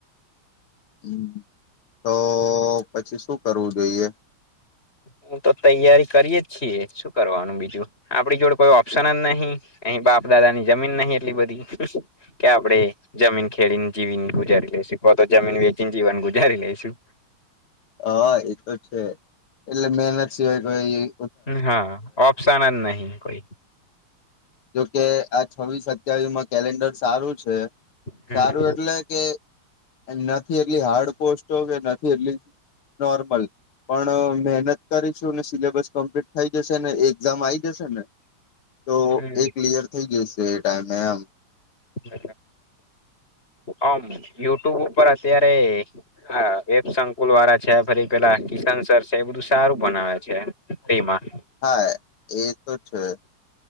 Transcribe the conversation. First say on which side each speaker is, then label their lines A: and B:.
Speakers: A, on the left; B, on the left.
A: હ તો પછી શું કરવું જોઈએ
B: હું તો તૈયારી કરીએ જ છીએ શું કરવાનું બીજું આપડી જોડે કોઈ ઓપ્શન જ નહીિ અહી બાપ દાદા ની જમીન નહીિ એટલી બધી કે આપડે જમીન ખેડીને જીવીને ગુજારી લઈશું કો તો જમીન વેચીને જીવન ગુજારી લઈશુ
A: હા એતો છે એટલે મેનત સિવાય કોઈાઈ
B: હા ઓપ્શનલ નહીિ કોઈ
A: જોકે આ છવ્વીસ સત્યાવીસ માં કેલેન્ડર સારું છે
B: હમ
A: સારું એટલે કે નથી એટલી હાર્ડ પોસ્ટો કે નથી એટલી નોર્મલ પણ મહેનત કરીશું સિલેબસ કમ્પ્લીટ થઈ જશે ને એક્ઝામ આ આવી જશે ને તો
B: હમ
A: એ ક્લિયર થઈ ગય છે તો એ ટાઈમ મે એમ
B: બ આમ યુટ્યુબ અત્યારેે સંકુલ વાળા છે ફ પેલા કિશન સર છે એ બધું સારું બનાવે છે ફમાં
A: હા એ તો છે